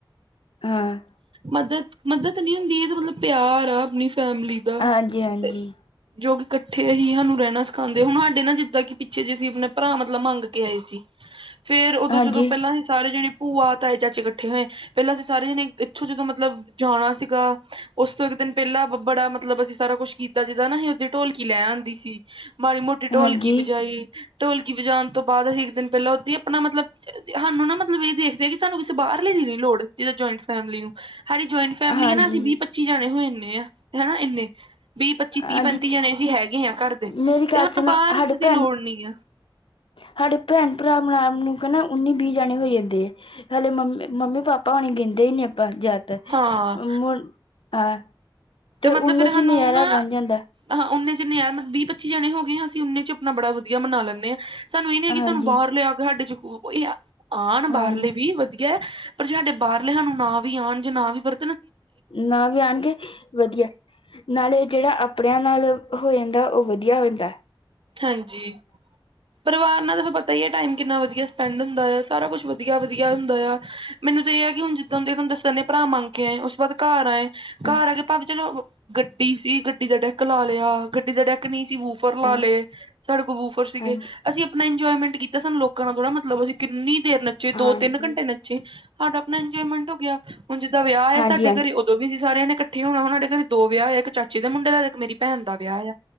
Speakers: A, on the left (about 90°); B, on the right (about 85°).
A: ਹਾਂ।
B: ਮੱਦਦ -ਮੱਦਦ ਨੀ ਹੁੰਦੀ। ਇਹ ਤਾਂ ਮਤਲਬ ਪਿਆਰ ਆ ਆਪਣੀ ਫੈਮਿਲੀ ਦਾ।
A: ਹਾਂਜੀ-ਹਾਂਜੀ।
B: ਤੇ ਜੋ ਕਿ ਇਕੱਠੇ ਹੀ ਸਾਨੂੰ ਰਹਿਣਾ ਸਿਖਾਉਂਦੇ ਹੁਣ ਸਾਡੇ ਨਾ ਜਿੱਦਾਂ ਕਿ ਪਿੱਛੇ ਜੇ ਅਸੀਂ ਆਪਣਾ ਭਰਾ ਮਤਲਬ ਮੰਗ ਕੇ ਆਏ ਸੀ। ਫੇਰ ਉਦੋਂ
A: ਹਾਂਜੀ
B: ਜਦੋਂ ਪਹਿਲਾਂ ਹੀ ਸਾਰੇ ਜਣੇ ਭੂਆ ਤਾਏ ਚਾਚੇ ਇਕੱਠੇ ਹੋਏ, ਪਹਿਲਾਂ ਅਸੀਂ ਸਾਰੇ ਜਣੇ ਇੱਥੋਂ ਜਦੋਂ ਮਤਲਬ ਜਾਣਾ ਸੀਗਾ ਉਸ ਤੋਂ ਇੱਕ ਦਿਨ ਪਹਿਲਾਂ ਬੜਾ ਮਤਲਬ ਅਸੀਂ ਸਾਰਾ ਕੁੱਛ ਕੀਤਾ ਜਿੱਦਾਂ ਨਾ ਅ ਉਹਦੀ ਢੋਲਕੀ ਲੈ ਆਉਂਦੀ ਸੀ। ਮਾੜੀ-ਮੋਟੀ ਢੋਲਕੀ
A: ਹਾਂਜੀ
B: ਵਜਾਈ ਢੋਲਕੀ ਵਜਾਉਣ ਤੋਂ ਬਾਅਦ ਅਸੀਂ ਇੱਕ ਦਿਨ ਪਹਿਲਾਂ ਓਦੀ ਆਪਣਾ ਮਤਲਬ ਸਾਨੂੰ ਨਾ ਮਤਲਬ ਇਹ ਦੇਖਦੇ ਆ, ਕਿ ਸਾਨੂੰ ਕਿਸੇ ਬਾਹਰਲੇ ਦੀ ਨੀ ਲੋੜ। ਜਿੱਦਾਂ ਜਆਇੰਟ ਫੈਮਲੀ ਨੂੰ ਸਾਡੀ ਜੁਆਇੰਟ ਫੈਮਿਲੀ
A: ਹਾਂਜੀ
B: ਹੈ ਨਾ ਅਸੀਂ ਵੀਹ- ਪੱਚੀ ਜਾਣੇ ਹੋਏ ਇਦੇ ਆ ਹਨਾ ਇੰਨੇ ਵੀਹ- ਪੱਚੀ ਤੀਹ-ਪੈਂਤੀ
A: ਹਾਂਜੀ
B: ਜਣੇ ਅਸੀ ਹੈਗੇ ਹਾਂ ਘਰ ਦੇ
A: ਮੇਰੀ ਗੱਲ
B: ਤੇ ਹੁਣ
A: ਸੁਣੋ
B: ਬਾਹਰ
A: ਸਾਡੇ
B: ਕਿਸੇ ਦੀ
A: ਭੈਣ
B: ਲੋੜ ਨਹੀ ਆ।
A: ਸਾਡੇ ਭੈਣ-ਭਰਾ ਮਣਾ- ਮੁਨੇ ਕੇ ਨਾ ਉੱਨੀ- ਵੀਹ ਜਾਣੇ ਹੋ ਜਾਂਦੇ ਹੈ। ਹਾਲਲੇ ਮੰਮੀ ਮੰਮੀ ਪਾਪਾ ਹੁਣੀ ਗਿਣਦੇ ਹੀ ਨਹੀ ਆਪਾਂ ਜਿਆਦਾਤਰ
B: ਹਾਂ
A: <unintelligible> ਹਾਂ। ਤੇ
B: ਮਤਲਬ
A: ਉਹ ਨੇ'ਚ'
B: ਫਿਰ ਸਾਨੂੰ
A: ਹੀ ਨਜ਼ਾਰਾ
B: ਨਾ
A: ਬਣ ਜਾਂਦਾ।
B: ਹਾਂ ਉਹਨੇ ਚ ਨਜ਼ਾਰਾ ਵੀਹ-ਪੱਚੀ ਜਣੇ ਹੋ ਗਏ ਆ ਅਸੀ ਉਹਨੇ ਆਪਣਾ ਬੜਾ ਵਧੀਆ ਮਨਾ ਲੈਂਦੇ ਹਾਂ। ਸਾਨੂੰ ਇਹ ਹੈ ਕਿ
A: ਹਾਂਜੀ
B: ਸਾਨੂੰ ਬਾਹਰਲੇ ਕੇ ਸਾਡੇ ਚੂ ਆਉਣ ਬਾਹਰਲੇ
A: ਹਾਂਜੀ
B: ਵੀ ਵਧੀਆ ਪਰ ਜੇ ਸਾਡੇ ਬਾਹਰਲੇ ਸਾਨੂੰ ਨਾ ਵੀ ਆਉਣ ਜੇ ਨਾ ਵੀ ਵਰ
A: ਨਾ ਵੀ ਆਣਗੇ ਵਧੀਆ। ਨਾਲੇ ਜਿਹੜਾ ਆਪਣਿਆਂ ਨਾਲ ਹੋ ਜਾਂਦਾ ਉਹ ਵਧੀਆ ਹੁੰਦਾ।
B: ਹਾਂਜੀ। ਪਰਿਵਾਰ ਨਾਲ ਫਿਰ ਪਤਾ ਈ ਆ ਟਾਈਮ ਕਿੰਨਾ ਵਧੀਆ ਸਪੈਂਡ ਹੁੰਦਾ ਆ। ਸਾਰਾ ਕੁਛ ਵਧੀਆ- ਵਧੀਆ ਹੁੰਦਾ ਆ। ਮੈਨੂੰ ਤੇ ਇਹ ਕਿ ਹੁਣ ਜਿਦਣ ਦੇ ਸੋਨੂੰ ਦੱਸੀ ਤਾਂ ਜਾਂਦੀ ਆ ਭਰਾ ਮੰਗ ਕੇ ਆਏ। ਉਸ ਤੋਂ ਬਾਅਦ ਘਰ ਆਏ।
A: ਹਾਂ
B: ਘਰ ਆ ਕੇ ਭਾਬੀ ਚਲੋ। ਗੱਡੀ ਸੀ। ਗੱਡੀ ਦਾ ਡੈਕ ਲਾ ਲਿਆ। ਗੱਡੀ ਦਾ ਡੈਕ ਨਹੀਂ ਸੀ ਵੂਫਰ ਲਾ
A: ਹਾਂ
B: ਲਏ। ਸਾਡੇ ਬੂਫਰ ਸੀਗੇ
A: ਹਾਂਜੀ
B: ਅਸੀ ਆਪਣਾ ਇੰਜੋਏਮੈਂਟ ਕੀਤਾ ਸਾਨੂੰ ਲੋਕਾਂ ਨਾਲ ਥੋੜਾ ਮਤਲਬ ਅਸੀ ਕਿੰਨੀ ਦੇਰ ਨੱਚੇ। ਜੇ
A: ਹਾਂਜੀ,
B: ਦੋ- ਤਿੰਨ ਘੰਟੇ ਨੱਚੇ। ਸਾਡਾ ਆਪਣਾ ਇੰਜੋਏਮੈਂਟ ਹੋ ਗਿਆ ਹੁਣ ਜਿੱਦਾਂ ਵਿਆਹ ਹੈ
A: ਹਾਂਜੀ,
B: ਸਾਡੇ
A: ਹਾਂਜੀ।
B: ਘਰੇ। ਦੋਵੇ ਸੀ ਸਾਰਿਆਂ ਨੇ ਇਕੱਠੇ ਹੋਣਾ ਉਹਡੇ ਘਰ ਦੋ ਵਿਆਹ ਏ। ਇੱਕ ਚਾਚੀ ਦੇ ਮੁੰਡੇ ਦਾ ਇੱਕ ਮੇਰੀ ਭੈਣ ਦਾ ਵਿਆਹ ਆ।